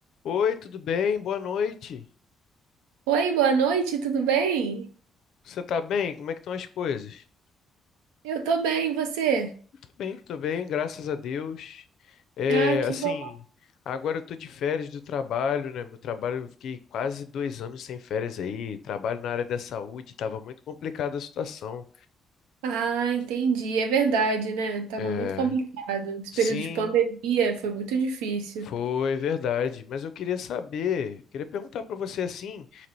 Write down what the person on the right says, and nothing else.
Oi, boa noite, tudo bem?
Eu tô bem, e você?
Ah, que
bom.
Ah, entendi, é verdade, né? Tava
muito complicado. Esse
período de pandemia foi muito difícil.